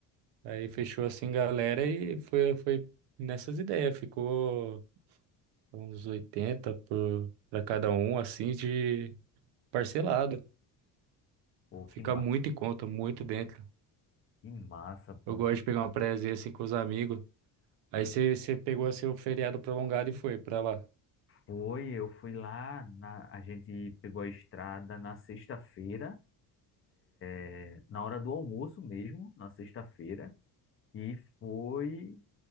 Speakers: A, on the right; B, on the left.
A: Aí fechou, assim, galera e foi, foi nessas ideias. Ficou uns 80 por, pra cada um, assim, de parcelado.
B: Pô, que,
A: Fica
B: ma
A: muito em conta, muito dentro.
B: que massa, pô.
A: Eu gosto de pegar uma praiazinha, assim, com os amigos. Aí você você pegou seu feriado prolongado e foi pra lá.
B: Foi, eu fui lá, na, a gente pegou a estrada na sexta-feira, é, na hora do almoço mesmo, na sexta-feira, e foi